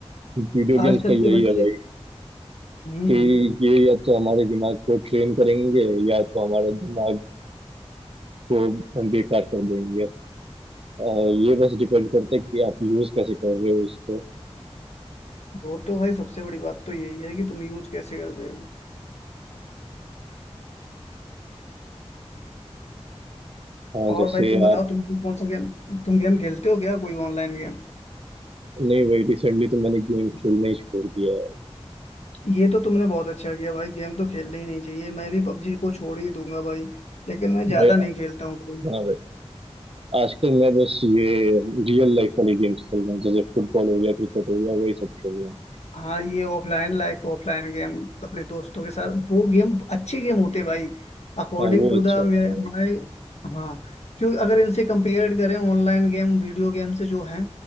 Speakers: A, on the right (about 60°); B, on the left (about 80°).
A: वीडियो
B: आजकल
A: गेम्स का
B: के
A: यही
B: बच्चे
A: है भाई
B: हम्म
A: कि
B: हम्म
A: ये या तो हमारे दिमाग को ट्रेन करेंगे या तो हमारा दिमाग को बेकार कर देंगे अ, ये बस डिपेंड करता है कि आप यूज कैसे कर रहे हो उसको
B: वो तो भाई सबसे बड़ी बात तो यही है कि तुम यूज कैसे कर रहे हो
A: हाँ
B: और
A: जैसे
B: भाई तुम बताओ
A: आप
B: तुम कौन सा गेम तुम गेम खेलते हो क्या कोई ऑनलाइन गेम
A: नहीं भाई रिसेंटली तो मैंने गेम खेलना ही छोड़ दिया है
B: ये तो तुमने बहुत अच्छा किया भाई गेम तो खेलना ही नहीं चाहिए मैं भी पबजी को छोड़ ही दूंगा भाई लेकिन मैं ज्यादा
A: भाई
B: नहीं खेलता हूँ भाई
A: हाँ भाई आजकल मैं बस ये रियल लाइफ वाले गेम्स खेल रहा हूँ जैसे फुटबॉल हो गया क्रिकेट हो गया वही सब खेल रहा हूँ
B: हाँ ये ऑफलाइन लाइक ऑफलाइन गेम अपने दोस्तों के साथ वो गेम अच्छे गेम होते भाई अकॉर्डिंग
A: हाँ वो
B: टू
A: अच्छा
B: द
A: होता
B: माय हाँ क्योंकि अगर इनसे कंपेयर करें ऑनलाइन गेम वीडियो गेम से जो हैं